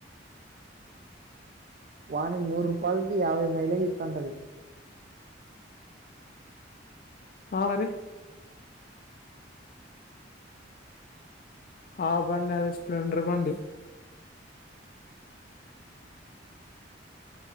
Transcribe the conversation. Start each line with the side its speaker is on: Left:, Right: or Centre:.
Right: వాణి నూరు రూపాయలకి యాభై మైలేజ్ ఇస్తటంది
Left: ఆ మరి ఆ బండి అదే స్ప్లెండర్ బండి